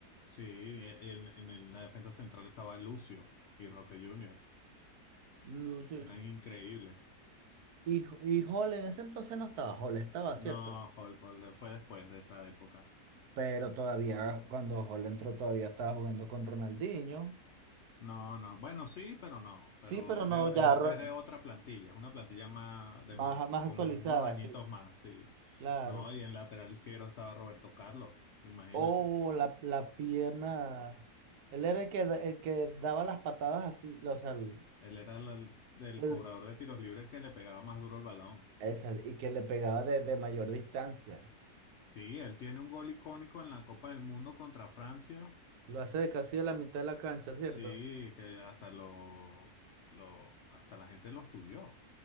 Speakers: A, on the left; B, on the right.
A: Sí, en, en- en la defensa central estaba Lucio y Roque Junior.
B: No sé.
A: Eran increíbles.
B: Y, y Hall en ese entonces no estaba, Hall estaba,
A: No,
B: ¿cierto?
A: Jorge, Jorge fue después de esa época.
B: Pero todavía, cuando Hall entró, todavía estaba jugando con Ronaldinho.
A: No, no. Bueno, sí, pero no.
B: Sí,
A: Pero
B: pero
A: es
B: no,
A: de,
B: ya
A: es,
B: ro-
A: es de otra plantilla. Es una plantilla más, de
B: más,
A: más,
B: más
A: como
B: actualizada,
A: unos añitos
B: sí,
A: más, sí.
B: claro.
A: No, y en lateral izquierdo estaba Roberto Carlos. Imagínate.
B: Oh, la, la pierna. Él era el que, da- el que daba las patadas así, o sea, el-
A: Él era el, el
B: el-
A: cobrador de tiros libres que le pegaba más duro el balón.
B: esa, y que le pegaba de, de mayor distancia.
A: Sí, él tiene un gol icónico en la Copa del Mundo contra Francia.
B: Lo hace de casi de la mitad de la cancha, ¿cierto?
A: Sí, que hasta lo, lo, hasta la gente lo estudió.